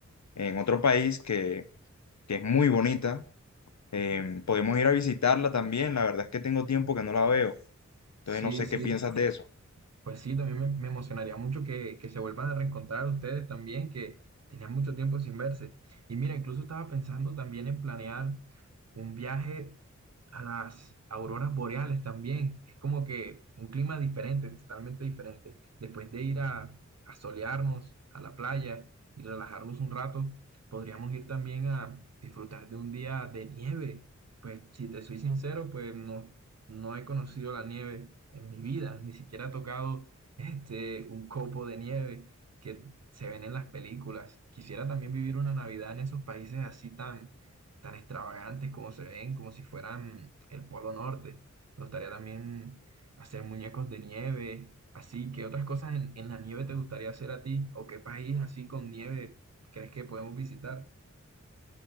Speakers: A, on the left (about 65°); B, on the right (about 55°).
A: en otro país que, que es muy bonita. Eh, podemos ir a visitarla también, la verdad es que tengo tiempo que no la veo, entonces
B: Sí,
A: no sé
B: sí.
A: qué piensas de eso.
B: Pues sí, también me, me emocionaría mucho que, que se vuelvan a reencontrar ustedes también, que tenían mucho tiempo sin verse. Y mira, incluso estaba pensando también en planear un viaje a las auroras boreales también. Es como que un clima diferente, totalmente diferente. Después de ir a, a solearnos a la playa y relajarnos un rato, podríamos ir también a disfrutar de un día de nieve. Pues si te soy sincero, pues no, no he conocido la nieve en mi vida, ni siquiera he tocado este, un copo de nieve que se ven en las películas. Quisiera también vivir una Navidad en esos países así tan, tan extravagantes como se ven, como si fueran el Polo Norte. Me gustaría también hacer muñecos de nieve, así. ¿Qué otras cosas en, en la nieve te gustaría hacer a ti? ¿O qué país así con nieve crees que podemos visitar?